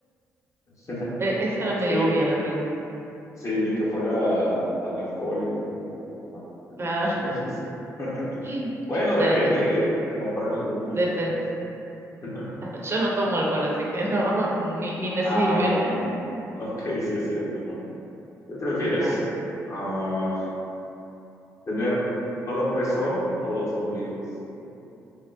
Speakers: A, on the left; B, on the right.
A: <laughs>
B: eh, esa era medio
A: sí,
B: obvia la pregunta.
A: sí, ni que fuera tan alcohólico como para tomar. algo.
B: Claro.
A: Entonces, <laughs>
B: <laughs>
A: bueno, depende,
B: Dale tu turno.
A: ¿eh? A lo mejor en algún momento
B: Depende.
A: ya. <laughs>
B: Yo no tomo alcohol, así que no, <laughs> ni, ni me
A: Ah,
B: sirve. <laughs>
A: ok, sí es cierto, ¿no? ¿Qué prefieres?
B: Dale.
A: Ah, ¿tener solo un pezón o dos ombligos?